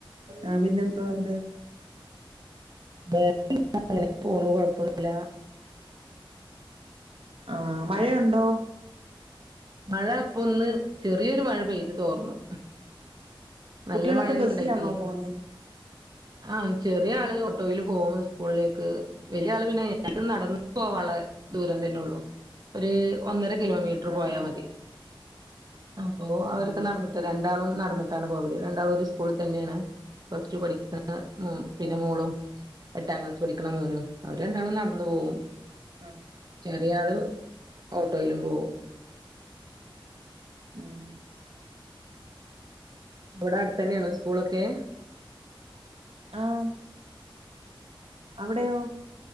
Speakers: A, on the right; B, on the right.
A: ആഹ് പിന്നെ എന്തോയുണ്ട്
B: വേറേ എന്താ അങ്ങനെ പോണു കൊഴപ്പില്ല
A: ആഹ് മഴയുണ്ടോ
B: മഴ ഇപ്പൊ ഒന്ന് ചെറിയൊരു മഴ പെയ്ത് തോർന്നു നല്ല
A: കുട്ടികളൊക്കെ
B: മഴയൊന്നും
A: ബസ്സിലാണോ
B: ഉണ്ടായിട്ടില്ലെന്ന്
A: പോന്നെ
B: ആഹ് ചെറിയ ആള് ഓട്ടോയിൽ പോവും സ്കൂളിലേക്ക് വലിയ ആള് പിന്നെ നടന്ന പോവാളേ ദൂരം തന്നെയെള്ളു ഒരു ഒന്നര കിലോമീറ്റർ
A: ആഹ്
B: പോയാ മതി അപ്പൊ അവരൊക്കെ
A: ആഹ് ഉം
B: നടന്ന്- രണ്ടാളും നടന്നിട്ടാണ് പോവല് രണ്ടാളും ഒരു സ്കൂളിൽ തന്നെയാണ് പ്ലസ് ടു പഠിക്ക പിന്നെ
A: ഓ
B: മോളും എട്ടാം ക്ലാസ് പഠിക്കണ മോനും അവര് രണ്ടാളും നടന്നു പോവും
A: ആഹ്
B: ചെറിയാള് ഓട്ടോയിലും പോവും
A: ഉം <inaudible>
B: ഇവടെ അടുത്തന്നെയാണോ
A: ഉം
B: സ്കൂളൊക്കെ
A: ആഹ് അവിടെയോ